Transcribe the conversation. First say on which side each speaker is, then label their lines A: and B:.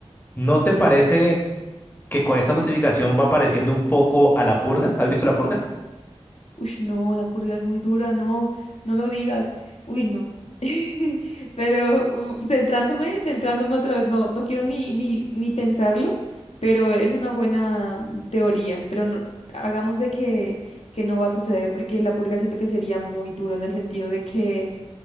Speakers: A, on the left (about 20°); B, on the left (about 75°).
A: ¿no te parece? que con esta justificación va pareciendo un poco a la purga. ¿Has visto la purga?
B: Uy, no, la purga es muy dura, no, no lo digas. Uy, no. <laughs> Pero uh, centrándome, centrándome otra vez, no, no quiero ni, ni, ni pensarlo, pero es una buena teoría, pero no, hagamos de que, que no va a suceder, porque la purga siento que sería muy duro en el sentido de que